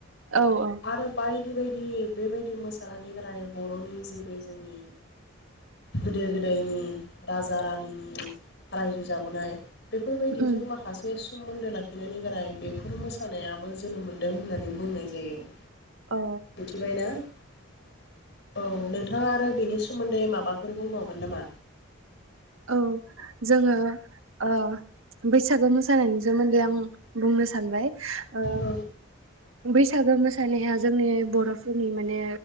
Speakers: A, on the right (about 70°); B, on the left (about 55°).
A: औ औ
B: आरो बाय बेबायदि बेबायदि मोसानायनि गारै बर'नि जे बे जोंनि गोदो गोदायनि राजा रानिनि रायजो जाबोनाय बेफोरबायदिजों
A: उम
B: माखासे सोमोन्दो लाखिनानै गाराय बेफोर मोसानायाबो जोनोम मोन्दों होननानै बुंनाय जायो ।
A: औ
B: मिथिबायना औ नोंथ नोंथाङा आरो बिनि सोमोन्दै माबाफोर बुंबावगोन नामा?
A: औ जोङो ओ बैसागो मोसानायनि सोमोन्दै आं बुंनो सानबाय ओ
B: औ
A: बै बैसागो मोसानाया जोंनि बर'फोरनि माने